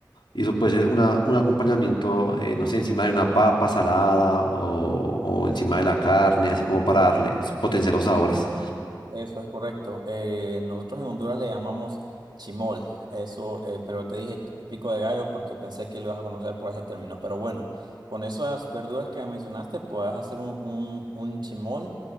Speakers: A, on the left (about 80°); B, on the right (about 65°).
A: Y eso puede ser una, un acompañamiento, eh, no sé, encima de una papa salada o, o encima de la carne, así como para darle, potenciar los sabores.
B: Eso es correcto. Eh, nosotros en Honduras le llamamos chimol, eso, eh, pero te dije pico de gallo porque pensé que lo ibas a conocer por ese término. Pero bueno, con esas verduras que mencionaste, puedes hacer un, un, un chimol